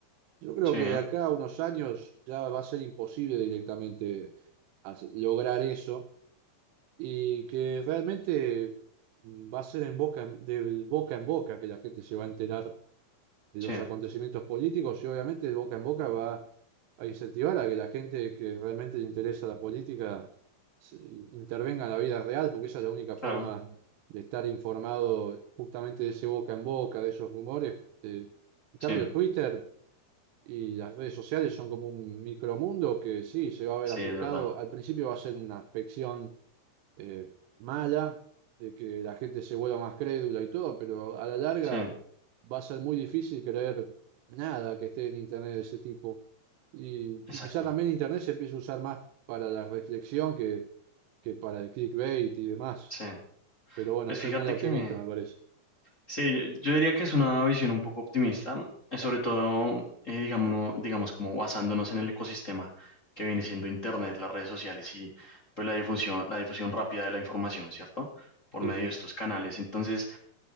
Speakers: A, on the right (about 80°); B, on the left (about 30°).
A: Yo creo
B: sí,
A: que de acá a unos años ya va a ser imposible directamente hace- lograr eso y que realmente mm, va a ser en boca, en- de boca en boca que la gente se va a enterar de
B: sí,
A: los acontecimientos políticos y obviamente de boca en boca va a incentivar a que la gente que realmente le interesa la política se- intervenga en la vida real, porque esa es la única forma
B: claro,
A: de estar informado justamente de ese boca en boca, de esos rumores. Eh, en
B: sí,
A: cambio, Twitter y las redes sociales son como un micromundo que sí, se va a ver
B: sí,
A: afectado.
B: es verdad,
A: Al principio va a ser una afección eh, mala, de que la gente se vuelva más crédula y todo, pero a la larga
B: sí,
A: va a ser muy difícil creer nada que esté en Internet de ese tipo. Y,
B: exacto,
A: y quizá también Internet se empiece a usar más para la reflexión que, que para el clickbait y demás.
B: sí.
A: Pero bueno,
B: Pues
A: soy
B: fíjate
A: muy optimista,
B: que,
A: me parece.
B: Sí, yo diría que es una visión un poco optimista, eh, sobre todo, eh, digamos, no- digamos, como basándonos en el ecosistema que viene siendo Internet, las redes sociales y pues la difusión, la difusión rápida de la información, ¿cierto? Por
A: Sí,
B: medio
A: sí,
B: de estos canales. Entonces,